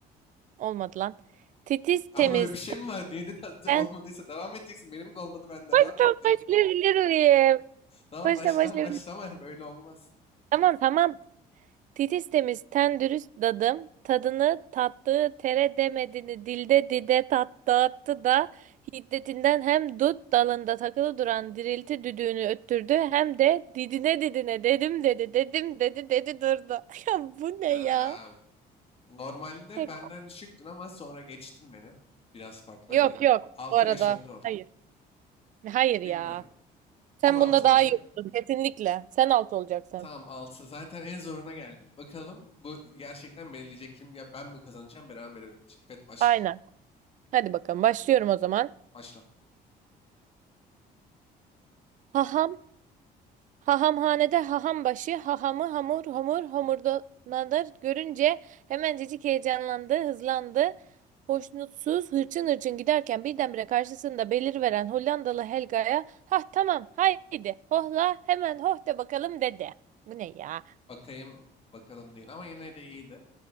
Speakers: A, on the right; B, on the left.
A: Olmadı lan. Titiz temiz
B: Abi öyle bir şey mi var? Niye de
A: ten...
B: <laughs> olmadıysa devam edeceksin. Benim de olmadı ben devam
A: Baştan
B: ettim.
A: başlayabilir miyim?
B: Tamam
A: Baştan
B: baştan
A: başlayabilir
B: başlama
A: miyim?
B: ya böyle olmaz.
A: Tamam tamam. Titiz temiz ten dürüst dadım, tadını tattığı tere demedini dilde dide tat dağıttı da hiddetinden hem dut dalında takılı duran dirilti düdüğünü öttürdü hem de didine didine dedim dedi dedim dedi dedi durdu. <laughs> Ya bu ne
B: Ya,
A: ya?
B: abi, normalde
A: Pek-
B: benden düşüktün ama sonra geçtin beni. Biraz farklı
A: Yok
B: hadi
A: yok
B: altı
A: bu arada.
B: beş önde ol.
A: Hayır. Hayır
B: Bilmiyorum.
A: ya. Sen
B: Kim altı
A: bunda daha
B: olacak?
A: iyi oldun kesinlikle. Sen alt olacaksın.
B: Tamam altı. Zaten en zoruna geldik. Bakalım bu gerçekten belirleyecek kim? Ya ben mi kazanacağım, beraber mi bitecek? Hadi başla.
A: Aynen. Hadi bakalım başlıyorum o zaman.
B: Başla.
A: Haham Hahamhanede haham başı, hahamı hamur hamur homurdanadır görünce hemencecik heyecanlandı, hızlandı. Hoşnutsuz hırçın hırçın giderken birdenbire karşısında belirveren Hollandalı Helga'ya ha tamam haydi hohla hemen hoh de bakalım dedi. Bu ne ya?
B: Bakayım, bakalım değil ama yine de iyiydi.